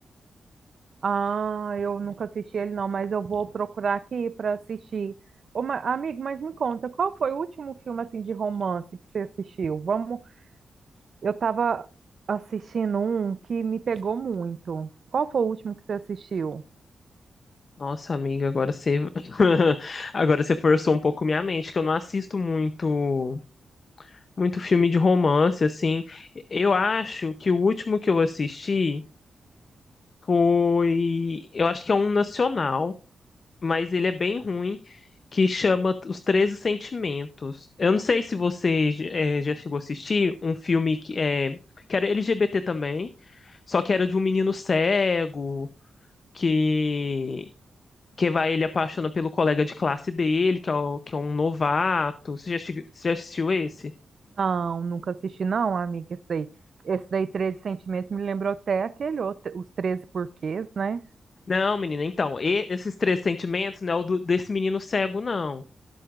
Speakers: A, on the right; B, on the left.
A: Ah, eu nunca assisti ele não, mas eu vou procurar aqui para assistir. Ô, ma- amigo, mas me conta, qual foi o último filme assim de romance que você assistiu? Vamos, eu estava assistindo um que me pegou muito. Qual foi o último que você assistiu?
B: Nossa, amiga, agora você <laughs> agora você forçou um pouco minha mente, que eu não assisto muito muito filme de romance assim. Eu acho que o último que eu assisti foi, eu acho que é um nacional. mas ele é bem ruim, que chama Os 13 Sentimentos. Eu não sei se você eh, já chegou a assistir um filme que, é, que era LGBT também, só que era de um menino cego que, que vai ele apaixona pelo colega de classe dele, que é, o- que é um novato. Você já, chegou- você já assistiu esse?
A: Não, nunca assisti não, amiga, esse daí. Esse daí, 13 Sentimentos, me lembrou até aquele outro, Os Treze Porquês, né?
B: Não, menina, então, e- esses três sentimentos não é o do- desse menino cego, não.